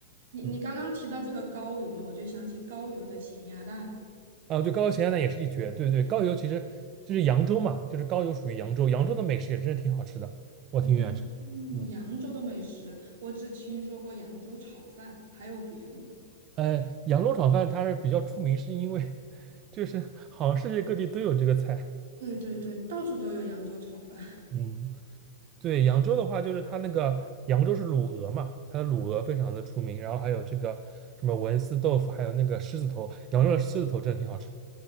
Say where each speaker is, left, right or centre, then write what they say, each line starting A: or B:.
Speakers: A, on the right; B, on the right.
A: 你你刚刚提到这个高邮嘛，
B: 嗯。
A: 我就想起高邮的咸鸭蛋。
B: 啊，对，高邮咸鸭蛋也是一绝。对对，高邮其实就是扬州嘛，就是高邮属于扬州，扬州的美食也真是挺好吃的，我挺喜欢吃的。
A: 嗯，嗯扬州的美食，
B: 嗯，
A: 我只听说过扬州炒饭，还有别的吗？
B: 呃，扬州炒饭它是比较出名，是因为 <laughs> 就是好像世界各地都有这个菜。
A: 对对对，到处都有扬州炒饭。<laughs>
B: 嗯，<laughs> 对，扬州的话就是它那个扬州是卤鹅嘛，它的卤鹅非常的出名，然后还有这个什么文思豆腐，还有那个狮子头，扬州的狮子头真的挺好吃的。